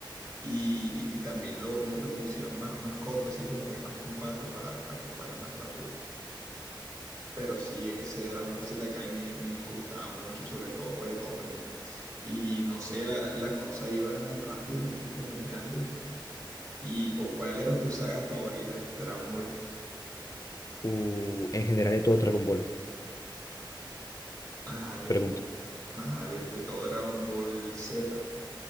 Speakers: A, on the right (about 45°); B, on the left (about 40°).
A: y, y- y también lo, lo pusieron más, más corto, así como que más compacto para que fuera más rápido. Pero sí, ese Dragon Ball Z Kai me, me gustaba mucho, sobre todo por el opening. Y no sé, la- las cosas iban rápido, sí, como dije antes. ¿Y cu- cuál era tu saga favorita de Dragon Ball?
B: Uh, en general de todo Dragon Ball,
A: Ajá, de,
B: pregunto.
A: de- ajá, de, de todo Dragon Ball Z.